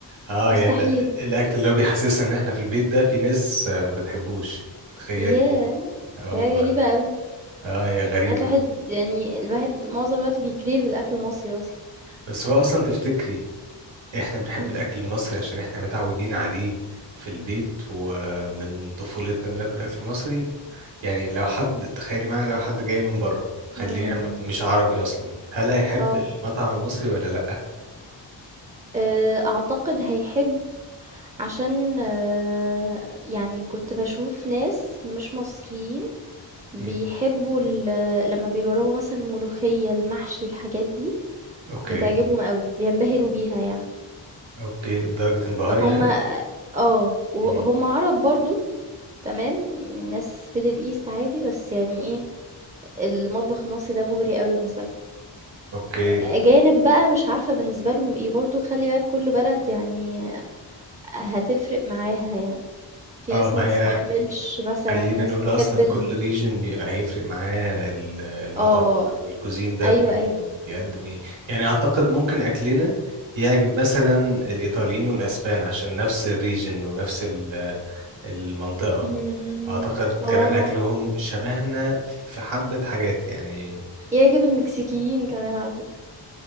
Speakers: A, on the right; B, on the right.
A: اه
B: مستحيل
A: يعني ال- الاكل اللي هو بيحسسنا ان احنا في البيت ده في ناس آه، ما بتحبوش تخيلي
B: ياه
A: اه
B: ده
A: والله
B: حاجة غريبة قوي
A: اه هي غريبة
B: ساعات الواحد يعني الواحد معظم الوقت بيكريف الاكل المصري اصلا
A: بس هو اصلا تفتكري احنا بنحب
B: مم.
A: الاكل المصري عشان احنا متعودين عليه في البيت ومن طفولتنا بناكل اكل مصري يعني لو حد تخيلي معايا لو حد جاي من بره خليه
B: مم.
A: يعمل- مش عربي اصلا هل هيحب
B: اه
A: المطعم المصري ولا لا
B: آه، اعتقد هيحب عشان آه، يعني كنت بشوف ناس مش مصريين بيحبوا
A: مم.
B: ال- لما بيجربوا مثلا الملوخية المحشي الحاجات دي
A: اوكي
B: بتعجبهم أوي، بينبهروا بيها يعني.
A: اوكي لدرجة انبهار يعني
B: هم آه، وهُم
A: مم.
B: عرب برضه تمام، من ناس middle east عادي، بس يعني إيه، المطبخ المصري ده مُغري أوي بالنسبة لهم.
A: اوكي
B: أ أجانب بقى مش عارفة بالنسبة لهم إيه، برضه خلّي بالك كل بلد يعني هتفرق معاها يعني، في
A: اه
B: ناس
A: ما
B: ما تستحملش
A: هي
B: مثلًا،
A: خلينا
B: ناس
A: نقول
B: تحب
A: اصلا
B: ال
A: كل ريجن هيفرق معاه ال- المطعم
B: آه،
A: او الكوزين ده
B: أيوه،
A: بي-
B: أيوه.
A: بيقدم ايه يعني اعتقد ممكن اكلنا يعجب مثلا الايطاليين والاسبان عشان نفس الريجن ونفس ال- المنطقة
B: إمم،
A: اعتقد
B: آه،
A: كمان اكلهم شبهنا في حبة حاجات يعني
B: يعجب المكسيكيين كمان على فكرة،